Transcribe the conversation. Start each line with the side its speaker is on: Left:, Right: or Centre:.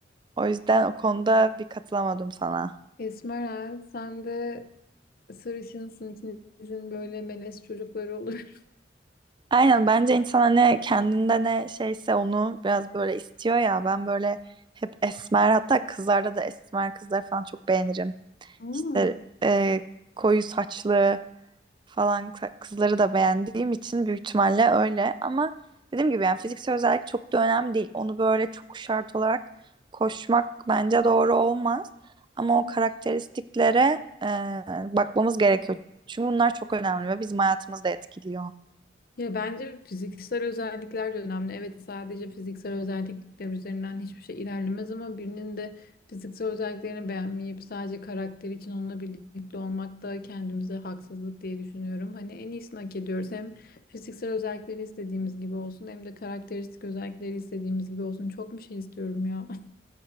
Right: o yüzden o konuda bir katılamadım sana.
Left: Esmera sen de sarışınsın ikinizin böyle melez çocukları olur.
Right: Aynen bence insan ne kendinde ne şeyse onu biraz böyle istiyor ya ben böyle hep esmer hatta kızlarda da esmer kızlar falan çok beğenirim.
Left: <laughs>
Right: İşte e, koyu saçlı falan kı- kızları da beğendiğim için büyük ihtimalle öyle. Ama dediğim gibi yani fiziksel özellik çok da önemli değil. Onu böyle çok şart olarak koşmak bence doğru olmaz. Ama
Left: Hmm.
Right: o karakteristiklere e, bakmamız gerekiyor. Çünkü bunlar çok önemli ve bizim hayatımızı da etkiliyor.
Left: Ya bence fiziksel özellikler de önemli. Evet sadece fiziksel özellikler üzerinden hiçbir şey ilerlemez ama birinin de fiziksel özelliklerini beğenmeyip sadece karakter için onunla birlikte olmak da kendimize haksızlık diye düşünüyorum. Hani en iyisini hak ediyoruz. Hem fiziksel özellikleri istediğimiz gibi olsun hem de karakteristik özellikleri istediğimiz gibi olsun. Çok bir şey istiyorum ya. <laughs>